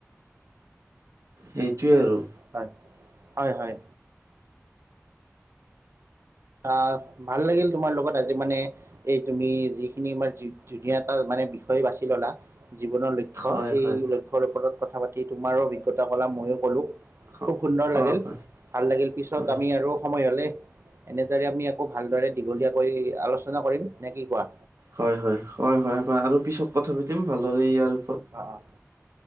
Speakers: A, on the right; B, on the right.
A: সেইটোৱে আৰু।
B: হয়, হয়, হয়। আহ ভাল লাগিল তোমাৰ লগত আজি মানে এই তুমি যিখিনি আমাৰ ধুনীয়া এটা মানে বিষয় বাছি ললা, জীৱনৰ ল- ক্ষ্য,
A: হয়,
B: এই
A: হয়।
B: লক্ষ্যৰ ওপৰত কথা পাতি তোমাৰো অভিজ্ঞতা কলা মইয়ো কলো
A: হ
B: খুব সুন্দৰ লাগিল
A: অ', হয়,
B: ভাল লাগিল পিছত
A: হয়।
B: আমি আৰু সময় হলে এনেদৰে আমি আকৌ ভালদৰে দীঘলীয়াকৈ আলোচনা কৰিম, নে কি কোৱা?
A: হয়, হয়, হয়, হয় আৰু পিছত কথা পাতিম ভালদৰে এইয়াৰ
B: অ', অ',